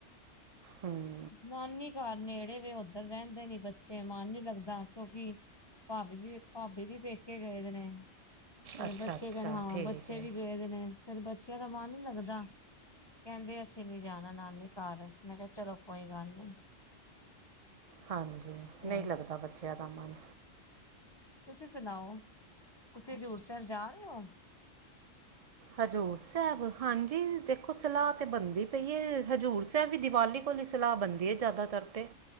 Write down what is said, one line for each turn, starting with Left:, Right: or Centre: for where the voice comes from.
Right: ਹੂੰ
Left: ਨਾਨੀ ਕਾਰ ਨੇ ਜੜੇ ਵੇ ਓਧਰ ਰੈੰਦੇ ਨੀ ਬੱਚੇ ਮਨ ਨੀ ਲੱਗਦਾ ਕੇਉਕਿ ਭਾਬੀ ਵੀ ਭਾਬੀ ਵੀ ਪੇਕੇ ਗਏ ਦੇ ਨੇ, ਫੇਰ
Right: ਅੱਛਾ
Left: ਬੱਚੇ
Right: ਅੱਛਾ
Left: ਕੈੰਣੇ ਹਾਂ
Right: ਠੀਕ
Left: ਬੱਚੇ
Right: ਹੈ
Left: ਵੀ ਗੇ ਦੇ ਨੇ ਫੇਰ ਬੱਚੇਆ ਦਾ ਮੱਨ ਨੀ ਲੱਗਦਾ, ਕੈੰਦੇ ਅਸੀ ਨੀ ਜਾਣਾ ਨਾਨੀ ਘੱਰ ਮੈ ਕੇਆ ਚਲੋ ਕੋਈ ਗੱਲ ਨੀ
Right: ਹਾਂਜੀ
Left: ਤੇ
Right: ਨਈ ਲੱਗਦਾ ਬੱਚੇਆ ਦਾ ਮੱਨ
Left: ਤੁਸੀ ਸੁਣਾਓ, ਤੁਸੀਂ ਜ਼ੂਰ ਸੈਬ ਜਾ ਰੇ ਓ
Right: ਹਜ਼ੂਰ ਸੈਬ, ਹਾਂਜੀ ਦੇਖੋ ਸਲਾ ਤੇ ਬਣਦੀ ਪਿਏ, <unintelligible> ਹਜ਼ੂਰ ਸੈਬ ਵੀ ਦੀਵਾਲੀ ਕੋਣੀ ਸਲਾ ਬਣਦੀ ਏ ਜਾਦਾਤਰ ਤੇ,